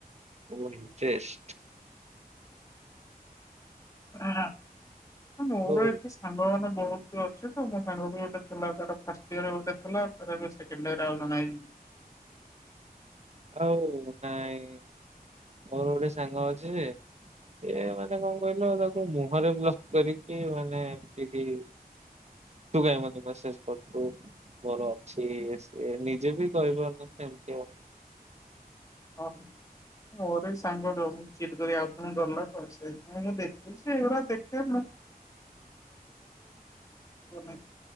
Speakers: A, on the right; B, on the left.
A: ଓ ଇଣ୍ଟ୍ରେଷ୍ଟ
B: ହଁ ହଁ ମୋର
A: ଆଉ
B: ଏତେ ସାଙ୍ଗ ମାନେ ବହୁତ୍ ତୁ ଅଛୁ ତ ମୋ ସାଙ୍ଗ ବି ଗୋଟେ ଥିଲା ତାର ଫାଷ୍ଟ୍ ଇୟର ଗୋଟେ ଥିଲା ତାର ବି ସେକେଣ୍ଡ ଇୟର ଆଉ ଜଣେ ଆଇଲା।
A: ଆଉ ନାଇଁ ମୋର ଗୋଟେ ସାଙ୍ଗ ଅଛି। ଯେ ସେ ମାନେ କଣ କହିଲ ତାକୁ ମୁହଁରେ ବ୍ଲକ୍ କରିକି ମାନେ ଏମିତି ତୁ କାଇଁ ମତେ ମେସେଜ୍ କରୁଛୁ। ମୋର ଅଛି ଇଏ ସିଏ ନିଜେ ବି କହିପାରୁନି ସେମିତି ଆଉ
B: ହଁ। ମୋର ବି ସାଙ୍ଗ ରହୁଚି ଏନୁ କରି ଆଉ କଣ ଡର ଲାଗିବ ତ ସେଇଥିପାଇଁ ମୁଁ ଦେଖୁଛି ଏଗୁରା ଦେଖୁ <unintelligible>